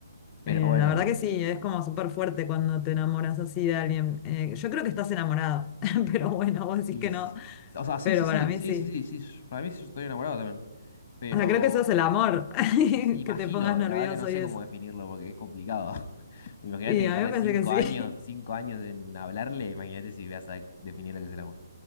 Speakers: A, on the left; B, on the left.
A: Pero
B: Eh,
A: bueno.
B: la verdad que sí, es como súper fuerte cuando te enamoras así de alguien. Eh, yo creo que estás enamorado, <laughs> pero bueno, vos decís
A: Y,
B: que
A: s-
B: no,
A: o sea, sí,
B: pero
A: sí, sí,
B: para mí
A: sí,
B: sí.
A: sí, sí, sí, sh- para mí sí estoy enamorado también, pero
B: O sea, creo que eso es el amor, <laughs>
A: pues, imagino,
B: que te pongas nervioso
A: la verdad que no sé
B: y eso.
A: cómo definirlo porque es complicado. <laughs> Imagínate
B: Y
A: que
B: a
A: tardé
B: mí me parece
A: cinco
B: que sí.
A: años, cinco años en hablarle, imagínate si vas a definir lo que es el amor.